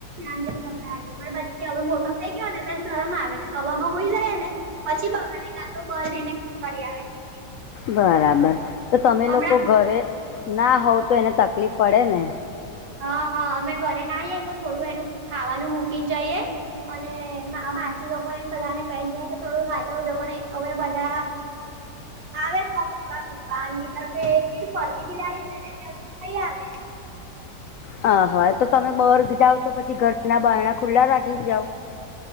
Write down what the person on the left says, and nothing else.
બરાબર તો તમે
લોકો ઘરે ના હોવ તો એને તકલીફ પડે ને?
હ હા તો તમે બર્ગ જાવ તો પછી ઘરના બાયણા ખુલ્લા રાખીને જાઓ?